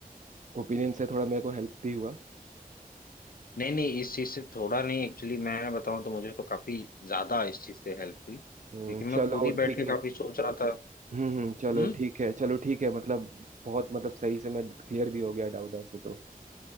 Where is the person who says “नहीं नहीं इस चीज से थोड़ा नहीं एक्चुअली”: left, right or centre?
Left